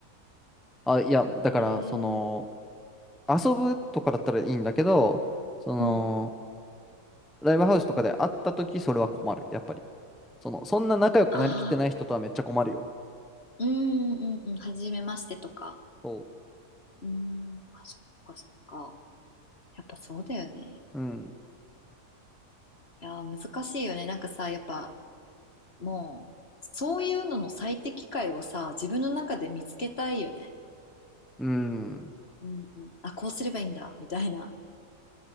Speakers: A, in the centre; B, on the left (about 40°).
A: あ、いや、だから、
B: へえ。
A: その、遊ぶとかだったらいいんだけど、その、
B: うん。
A: ライブハウスとかで会った時それは困る。やっぱり。その、そんな仲良くなりきってない人とはめっちゃ困るよ。
B: ああ、うんうんうん。はじめましてとか。
A: そ
B: うん。あ、そっかそっか。やっぱそうだよね。い
A: う。うん。
B: やー、難しいよね。なんかさ、やっぱ、もう、そういうのの最適解をさ、自分の中で見つけたいよね。
A: うん。
B: うん、うん。あ、こうすればいいんだ、みたいな。